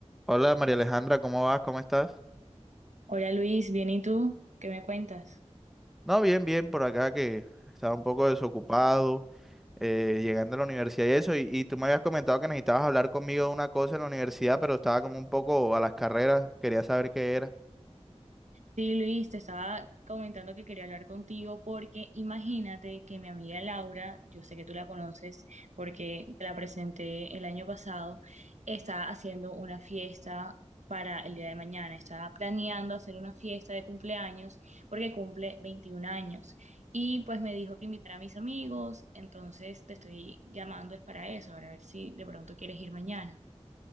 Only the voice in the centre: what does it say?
Hola María Alejandra, ¿cómo vas? ¿Cómo estás?
No, bien, bien, por acá que estaba un poco desocupado, eh, llegando a la universidad y eso, y, y tú me habías comentado que necesitabas hablar conmigo de una cosa en la universidad, pero estaba como un poco a las carreras, quería saber qué era.